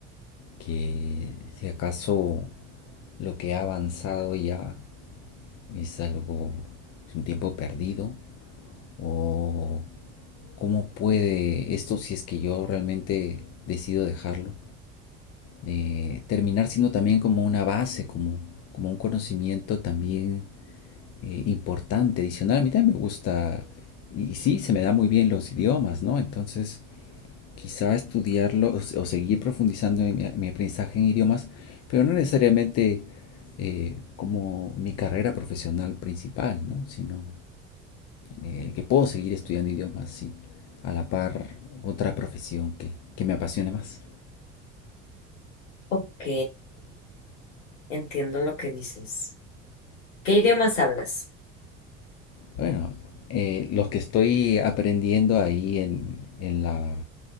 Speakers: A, on the left; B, on the left.
A: que si acaso lo que ha avanzado ya es algo, es un tiempo perdido o cómo puede esto si es que yo realmente decido dejarlo eh, terminar siendo también como una base, como, como un conocimiento también eh, importante, adicional. A mí también me gusta y, y sí, se me da muy bien los idiomas, ¿no? Entonces quizá estudiarlo o, o seguir profundizando en mi, mi aprendizaje en idiomas, pero no necesariamente eh, como mi carrera profesional principal, ¿no? Sino eh, que puedo seguir estudiando idiomas, sí, a la par otra profesión que, que me apasione más.
B: Ok, entiendo lo que dices. ¿Qué idiomas hablas?
A: Bueno, eh, los que estoy aprendiendo ahí en, en la,